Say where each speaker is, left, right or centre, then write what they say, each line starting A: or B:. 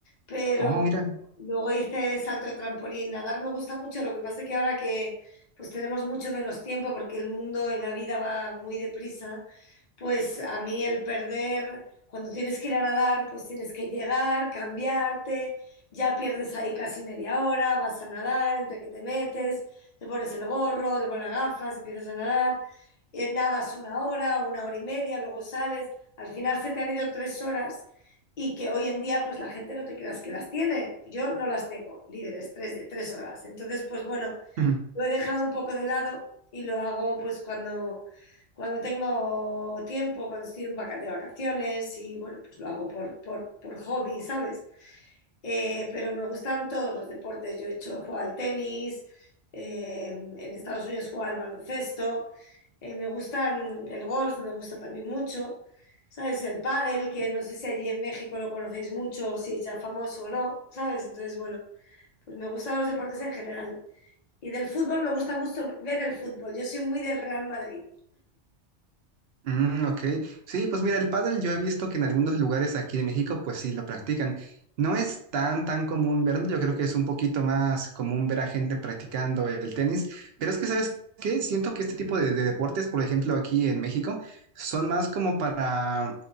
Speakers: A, on the left; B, on the right.
A: Pero
B: Oh, mira.
A: luego hice salto de trampolín. Nadar me gusta mucho. Lo que pasa es que ahora que pues tenemos mucho menos tiempo porque el mundo y la vida va muy deprisa, pues a mí el perder, cuando tienes que ir a nadar, pues tienes que llegar, cambiarte, ya pierdes ahí casi media hora, vas a nadar, entre que te metes, te pones el gorro, te pones las gafas, empiezas a nadar eh, nadas una hora, una hora y media, luego sales, al final se te han ido tres horas y que hoy en día pues la gente no te creas que las tiene, yo no las tengo libres, tres, tres horas, entonces pues bueno,
B: Ujú.
A: lo he dejado un poco de lado y lo hago pues cuando, cuando tengo tiempo, cuando estoy en vaca- de vacaciones y bueno, pues lo hago por, por, por hobby, ¿sabes? Eh, pero me gustan todos los deportes. Yo he hecho, juego al tenis, eh, en Estados Unidos juego al baloncesto, eh, me gustan el golf, me gusta también mucho. ¿Sabes? El pádel, que no sé si allí en México lo conocéis mucho, o si es ya famoso o no, ¿sabes? Entonces, bueno, pues me gustan los deportes en general. Y del fútbol me gusta mucho ver el fútbol. Yo soy muy del Real Madrid.
B: Mm, ok. Sí, pues mira, el pádel yo he visto que en algunos lugares aquí de México pues sí lo practican. No es tan tan común verlo, yo creo que es un poquito más común ver a gente practicando el tenis, pero es que ¿sabes qué? Siento que este tipo de, de deportes, por ejemplo, aquí en México, son más como para,